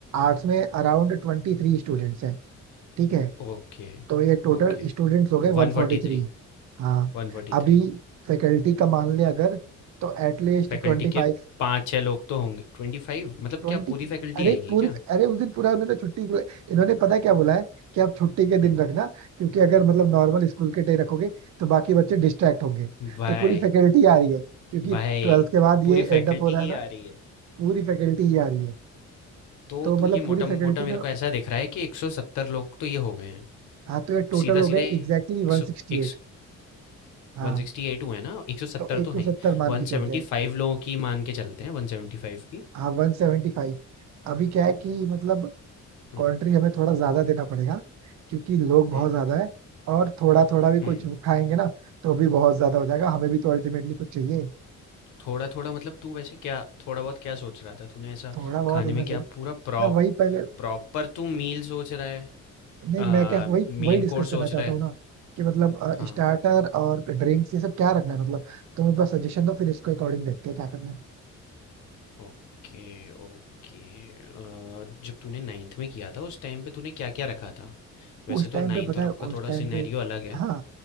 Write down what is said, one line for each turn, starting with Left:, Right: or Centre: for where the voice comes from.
Right: आर्ट्स में अराउंड ट्वेंटी थ्री स्टूडेंट्स हैं ठीक है
Left: ओके,
Right: तो ये टोटल
Left: ओके।
Right: स्टूडेंट्स हो गए
Left: 143,
Right: 143 हाँ
Left: 143
Right: अभी फैकल्टी का मान ले अगर तो एटलीस्ट
Left: फैकल्टी
Right: 25
Left: के 5-6 लोग तो होंगे 25 मतलब
Right: 20
Left: क्या पूरी फैकल्टी
Right: अरे
Left: आएगी
Right: पूरी
Left: क्या?
Right: अरे उस दिन पूरा उन्होंने छुट्टी के- इन्होंने पता है क्या बोला है कि आप छुट्टी के दिन
Left: हुँ,
Right: रखना क्योंकि अगर मतलब नॉर्मल स्कूल के डे रखोगे तो बाकी बच्चे डिस्ट्रैक्ट होंगे
Left: भाई,
Right: तो पूरी फैकल्टी आ रही है क्योंकि
Left: भाई
Right: ट्वेल्थ के बाद
Left: पूरी
Right: ये एंड
Left: फैकल्टी
Right: अप हो रहा है
Left: ही
Right: ना
Left: आ रही है।
Right: पूरी फैकल्टी ही आ रही है
Left: तो
Right: तो मतलब
Left: तू ये मोटा-मोटा
Right: पूरी फैकल्टी
Left: मेरे
Right: में
Left: को ऐसा दिख रहा है कि 170 लोग तो ये हो गए हैं।
Right: हाँ तो ये टोटल
Left: सीधा-सीधा
Right: हो गए एग्जैक्टली 168
Left: 100 एक सौ
Right: हाँ
Left: 168 हुए ना 170
Right: तो 170
Left: तो हैं ही
Right: मान
Left: 175
Right: के चलते हैं
Left: लोगों की मान के चलते हैं 175 की
Right: हाँ वन सेवेंटी फाइव अभी क्या है कि मतलब
Left: हम्म
Right: कंट्री हमें थोड़ा ज्यादा देना पड़ेगा क्योंकि लोग बहुत
Left: हम्म
Right: ज्यादा है और थोड़ा थोड़ा भी
Left: हम्म
Right: कुछ खाएंगे ना तो भी बहुत ज्यादा हो जाएगा हमें भी तो अल्टीमेटली कुछ चाहिए
Left: थोड़ा थोड़ा मतलब तू वैसे क्या थोड़ा बहुत क्या सोच रहा था तूने ऐसा
Right: थोड़ा बहुत
Left: खाने
Right: इन
Left: में
Right: द
Left: क्या
Right: सेंस
Left: पूरा प्रॉप
Right: मैं वही पहले
Left: प्रॉपर तू मील सोच रहा है
Right: नहीं
Left: आ,
Right: मैं क्या वही
Left: मेन
Right: वही डिस्कस
Left: कोर्स सोच
Right: करना चाहता
Left: रहा है
Right: हूँ ना कि मतलब
Left: हाँ
Right: स्टार्टर और ड्रिंक्स ये सब क्या रखना है मतलब तुम एक बार सजेशन दो फिर इसको अकॉर्डिंग देखते हैं क्या करना है
Left: Okay okay आ, जब तूने नाइन्थ में किया था उस टाइम पे तूने क्या क्या रखा था वैसे
Right: उस
Left: तो
Right: टाइम पे
Left: नाइन्थ
Right: पता
Left: और
Right: है
Left: अब का
Right: उस
Left: थोड़ा
Right: टाइम
Left: सिनेरियो
Right: पे
Left: अलग है
Right: हाँ